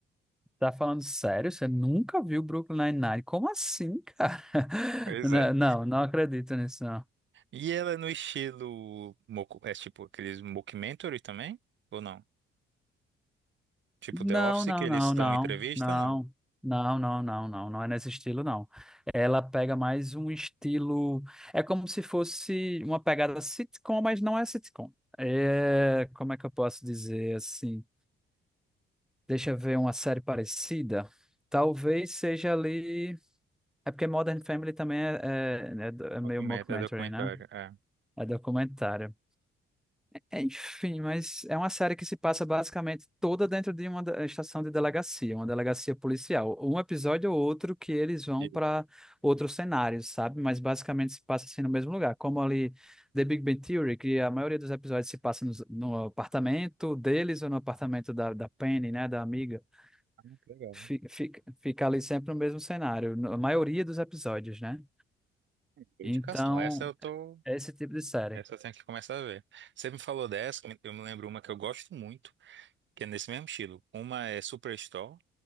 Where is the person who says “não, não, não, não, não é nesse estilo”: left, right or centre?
Centre